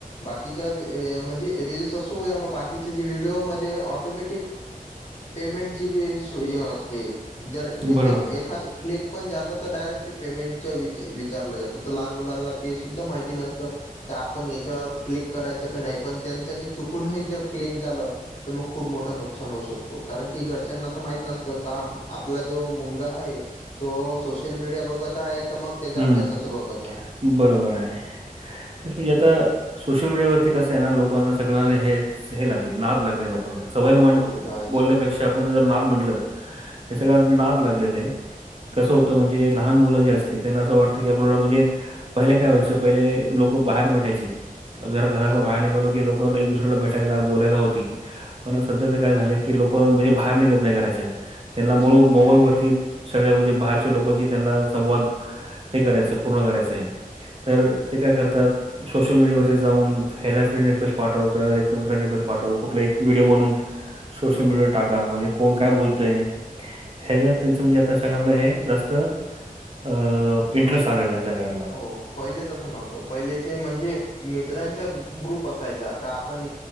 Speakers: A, on the left; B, on the right.
A: बाकीच्या वेए म्हणजे रील्स असो या मग बाकीचे जे व्हिडिओमध्ये ऑटोमॅटिक पेमेंट बी सोय असते जर निस्तं
B: बरोबर.
A: एखादी क्लिक पण झालं तर डायरेक्ट ते पेमेंटच विच विचारलं जातं. त लहाण मुलांना ते सुद्धा माहिती नसतं का आपण याच्यावर क्लिक करायच का नाही पण जरनी चुकूनही ह्याज्यावर क्लिक झालं तर मग खूप मोठं नुकसान होऊ शकतो कारण की घरच्यांना तर माहित नसतं काम आपला जो मुलगा आहे तो सोशल मीडिया बघत आहे का मग त्याच्या
B: हं.
A: अभ्यासाचं बघत आहे
B: बरोबर आहे तेच म्हणजे आता सोशल मीडियावरती कसं आहे ना लोकांना सगळ्यांना हे हे लागले नाद लागले लोकांना सवय म्हण
A: हो ते तर आहेच
B: बोललण्यापेक्षा आपण जर नाद म्हणल हे सगळ्या नाद लागलेलय कसं होतं म्हणजे लहान मुलं जे असली त्यांना असं वाटतं की आपल्याला म्हणजे पहिले काय व्हायचं पहिले लोकं बाहेर भेटायची जरा घरातनं
A: हो
B: बाहेर निघालो की लोक कं एक दुसऱ्याला भेटायला बोलायला होती. पण सध्याचं काय झालं की लोकं म्हणजे बाहेर निघत नाही घराच्या त्यांना मोळ
A: हो ते
B: मोबाईल वरती सगळ्या म्हणजे बाहेरच्या लोकांशी त्यांना संवाद हे करायचं पूर्ण करायचंय तर ते काय करतात सोशल मीडियावरती जाऊन हेला फ्रेंड रिक्वेस्ट पाठव, त्याला फ्रेंड रिक्वेस्ट पाठव, कुठलं बीएक व्हडिओ बनवून सोशल मीडिया वर टाका म्हणजे कोण काय बोलतय हे जर त्यांचं म्हणजे आता सगळ्यांना हे जास्तं अ इंटरेस्ट आलेलाय सगळ्यांना
A: हो पहिले तसं न्हवतं पहिल्याचे म्हणजे मित्रांचा ग्रुप असायचा का आपण